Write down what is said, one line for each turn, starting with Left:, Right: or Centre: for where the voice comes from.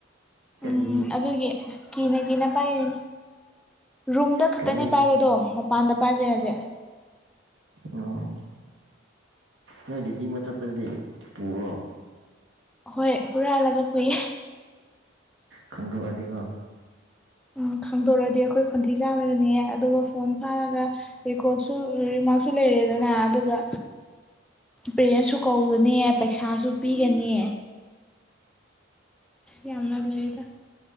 Right: ꯀꯔꯤ
Centre: ꯎꯝ ꯑꯗꯨꯒꯤ ꯀꯤꯅ ꯀꯤꯅ ꯄꯥꯏꯔꯤꯅꯤ ꯔꯨꯝꯗ ꯈꯛꯇꯅꯦ
Right: ꯀꯔꯤ
Centre: ꯄꯥꯏꯕꯗꯣ ꯃꯄꯥꯟꯗ ꯄꯥꯏꯕ ꯌꯥꯗꯦ
Right: ꯎꯝ ꯅꯣꯏ ꯗ꯭ꯌꯨꯇꯤ ꯑꯃ ꯆꯠꯄꯗꯗꯤ ꯄꯨꯕ꯭ꯔꯣ
Centre: ꯍꯣꯏ ꯍꯨꯔꯥꯜꯂꯒ ꯄꯨꯏꯌꯦ
Right: ꯈꯪꯗꯣꯛꯑꯗꯤꯀꯣ
Centre: ꯎꯝ ꯈꯪꯗꯣꯔꯛꯑꯗꯤ ꯑꯩꯈꯣꯏ ꯈꯣꯟꯊꯤ ꯆꯥꯒꯅꯤꯌꯦ ꯑꯗꯨꯒ ꯐꯣꯟ ꯐꯥꯔꯒ ꯔꯦꯀꯣꯔꯠꯁꯨ ꯔꯤꯃꯥꯔꯛꯁꯨ ꯂꯩ ꯗꯅ ꯑꯗꯨꯒ ꯄꯦꯔꯦꯟꯁꯁꯨ ꯀꯧꯒꯅꯤ ꯄꯩꯁꯥꯁꯨ ꯄꯤꯒꯅꯤ ꯌꯥꯝꯅ ꯂꯩꯗ